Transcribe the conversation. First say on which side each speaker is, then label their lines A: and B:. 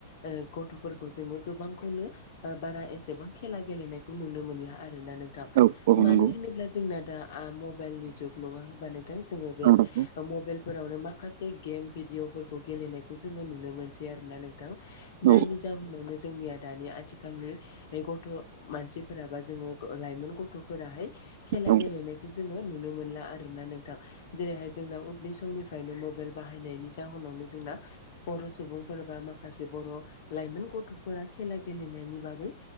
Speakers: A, on the left; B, on the right.
A: ओ गथ'फोरखौ जोङो गोबांखौनो ओ बारा एसेबां खेला गेलेनायखौ नुनो मोनला आरोना नों थां
B: औ औ
A: मानो
B: नंगौ
A: होनोब्ला जोंना दा आ म मबाइलनि जुग नङा होनोमबा नोंथां जोङो बे
B: औ नंगौ
A: मबाइलफोरावनो माखासे गेम भिदिअफोर गेलेनायखौ जोङो नुनो मोनसै आरोना नोंथां जायनि
B: औ
A: जाउनावनो जोंनिया दानि आथिखालनि गथ' मानसिफोरा बा जोङो लाइमोन गथ'फोराहाय खेला
B: औ
A: गेलेनायखौ जोङो नुनो मोनला आरोोना नोंथां जेरैहाय जोंना उन्दै समनिफ्राय फ्रायनो मबाइल बाहायनायनि जाहोनावनो जोंना बर' सुबुंफोर बा माखासे बर' लाइमोन गथ'फोरा खेला गेलेनायनि बागै